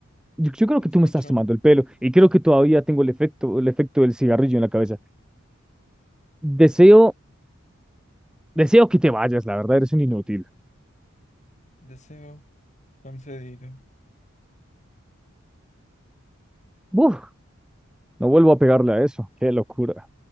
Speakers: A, in the centre; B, on the left.
A: yo, yo creo
B: Te
A: que
B: escucho.
A: tú me estás tomando el pelo y creo que todavía tengo el efecto, el efecto del cigarrillo en la cabeza. Deseo, deseo que te vayas, la verdad, eres un inútil.
B: Deseo concedido.
A: Uf, no vuelvo a pegarle a eso. Qué locura.